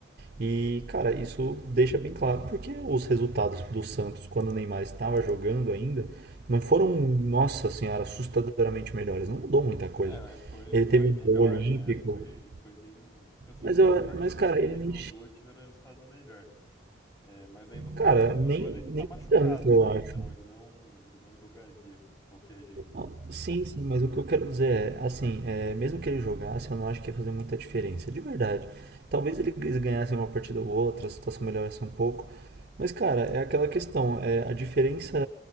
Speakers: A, on the right (about 45°); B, on the left (about 15°).
A: E, cara, isso deixa bem claro, porque os resultados do Santos, quando o Neymar estava jogando ainda, não foram, nossa senhora, assustadoramente melhores. Não mudou muita coisa.
B: É, mas foi,
A: Ele
B: foi
A: teve um
B: melhor,
A: gol olímpico,
B: né? Foi, foi bem. Tipo assim,
A: mas, eu,
B: as partidas
A: mas cara,
B: que ele
A: ele
B: jogou
A: nem.
B: tiveram resultado melhor. É, mas aí no caso,
A: Cara, nem,
B: agora ele
A: nem
B: tá machucado,
A: tanto, eu
B: né?
A: acho.
B: Então ele não, ele não jogaria de qualquer jeito.
A: Não, Sim, sim, mas o que eu quero dizer é, assim, é, mesmo que ele jogasse, eu não acho que ia fazer muita diferença, de verdade. Talvez ele- eles ganhassem uma partida ou outra, a situação melhorasse um pouco. Mas, cara, é aquela questão, é, a diferença